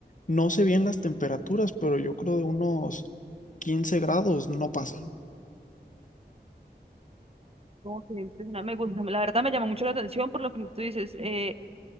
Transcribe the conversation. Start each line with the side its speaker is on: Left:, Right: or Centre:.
Left: No sé bien las temperaturas, pero yo creo de unos 15 grados no pasan.
Right: Como que impresionante, me gusta, la verdad me llama mucho la atención por lo que tú dices, eh,